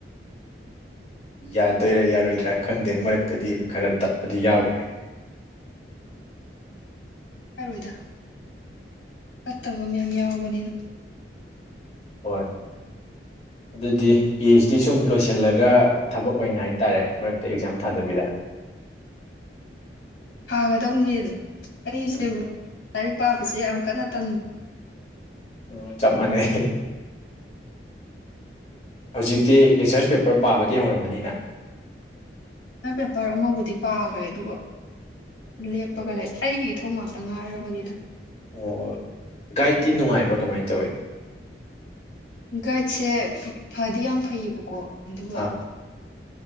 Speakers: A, on the left; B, on the left.
A: ꯌꯥꯗꯣꯏꯔꯥ ꯌꯥꯔꯣꯏꯗ꯭ꯔꯥ ꯈꯪꯗꯦ ꯃꯔꯛꯇꯗꯤ ꯈꯔ ꯇꯠꯄꯗꯤ ꯌꯥꯎꯈ꯭ꯔꯦ
B: ꯍꯥꯏꯔꯣꯏꯗ ꯇꯠꯇꯕ ꯃꯌꯥꯝ ꯌꯥꯎꯕꯅꯤꯅ
A: ꯍꯣꯏ ꯑꯗꯨꯗꯤ ꯄꯤ ꯑꯩꯆ ꯗꯤ ꯁꯨꯝ ꯂꯣꯏꯁꯤꯜꯂꯒ ꯊꯕꯛ ꯑꯣꯏꯅꯥꯏ ꯍꯥꯏꯇꯥꯔꯦ ꯃꯔꯛꯇ ꯑꯦꯛꯖꯥꯝ ꯊꯥꯗꯕꯤꯔ
B: ꯊꯥꯒꯗꯧꯅꯤ ꯑꯩꯁꯦ
A: ꯎꯝ
B: ꯂꯥꯏꯔꯤꯛ ꯄꯥꯕꯁꯦ ꯌꯥꯝ ꯀꯟꯅ ꯇꯝꯃꯤ
A: ꯑꯣ ꯆꯞ ꯃꯥꯟꯅꯩ ꯍꯧꯖꯤꯛꯇꯤ ꯔꯤꯁꯔꯁ ꯄꯦꯄꯔ ꯄꯥꯕꯗꯤ ꯍꯧꯔꯝꯃꯅꯤ ꯅꯪ
B: ꯄꯦꯄꯔ ꯑꯃꯕꯨꯗꯤ ꯄꯥꯈ꯭ꯔꯦ ꯑꯗꯨꯒ ꯂꯦꯞꯄꯒ
A: ꯑꯣ
B: ꯂꯩ ꯑꯩꯒꯤ ꯏꯊꯧ ꯉꯥꯛ ꯇ ꯉꯥꯏꯔꯕꯅꯤꯗ
A: ꯑꯣ ꯒꯥꯏꯗꯇꯤ ꯅꯨꯡꯉꯥꯏꯕ꯭ꯔꯥ ꯀꯃꯥꯏꯅ ꯇꯧꯋꯦ
B: ꯒꯥꯏ꯭ꯗꯁꯦ ꯐꯗꯤ ꯌꯥꯝ ꯐꯩꯌꯦꯕꯀꯣ ꯑꯗꯨꯒ
A: ꯑꯥ